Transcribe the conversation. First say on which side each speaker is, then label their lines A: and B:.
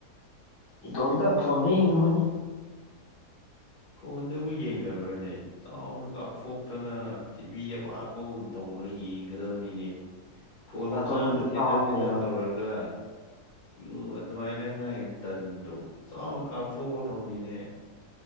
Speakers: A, on the left; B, on the left.
A: ꯏꯇꯣꯝꯇ ꯐꯣꯟꯗ ꯌꯦꯡꯉꯝꯕꯅꯤ
B: ꯐꯣꯟꯗꯕꯨ ꯌꯦꯡꯅꯕ꯭ꯔꯅꯦ ꯆꯥꯎꯅ ꯀꯥꯞꯊꯣꯛꯇꯅ ꯇꯤꯚꯤ ꯑꯄꯥꯛꯄꯒꯨꯝ ꯇꯧ <unintelligible> ꯌꯦꯡꯒꯗꯕꯅꯤꯅꯦ
A: <inaudible>
B: ꯐꯣꯟ ꯃꯆꯥ
A: ꯑꯇꯣꯞꯄꯗ
B: ꯑꯃꯗ
A: ꯏꯇꯥꯎ
B: ꯊꯦꯠ ꯊꯥ
A: ꯍꯣꯏ
B: ꯊꯦꯠ
A: ꯃꯌꯥꯝ
B: ꯊꯥ ꯇꯧꯔꯒ
A: <inaudible>
B: ꯌꯨ ꯑꯗꯨꯃꯥꯏꯅꯥꯏ ꯍꯥꯏꯗꯣ ꯇꯟꯗ꯭ꯔꯣ ꯆꯥꯎꯅ ꯀꯥꯞꯊꯣꯛꯀꯗꯧꯅꯤꯅꯦ